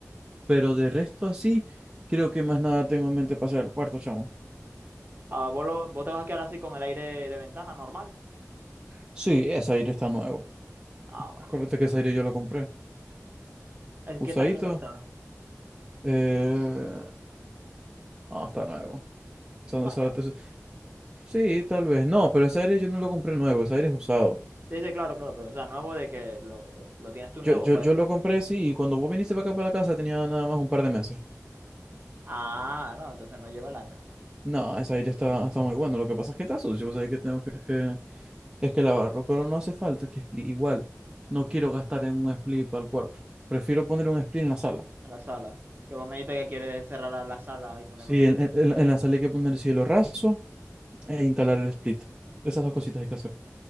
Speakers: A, on the right; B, on the right.
A: Pero de resto así, creo que más nada tengo en mente para hacer el cuarto, chamo.
B: Ah, ¿vos, lo- vos te vas a quedar así con el aire de ventana normal?
A: Sí, ese aire está nuevo.
B: Ah, bueno.
A: Acuérdate que ese aire yo lo compré.
B: ¿Es
A: Usadito,
B: que tan nuevo está?
A: eh... no, está nuevo. Son
B: ¿Un
A: de esos-
B: año?
A: Sí, tal vez. No, pero ese aire yo no lo compré nuevo, ese aire es usado.
B: Sí, sí, claro, claro, pero o sea, nuevo de que lo, lo tienes tú nuevo,
A: Yo, yo,
B: pues.
A: yo lo compré, sí, y cuando vos viniste para acá para la casa tenía nada más un par de meses.
B: Ah, no, entonces no lleva el año
A: No, ese aire está, está muy bueno. Lo que pasa es que está sucio, o sea, que tengo que, es que, es que lavarlo, pero no hace falta que split. Igual, no quiero gastar en un split para el cuarto. Prefiero poner un split en la sala.
B: en la sala. Que vos me dijiste que quieres cerrar a la sala y poner
A: Sí,
B: un... espe-
A: en, en, en- en la sala hay que poner cielo raso e instalar el split. Esas dos cositas hay que hacer.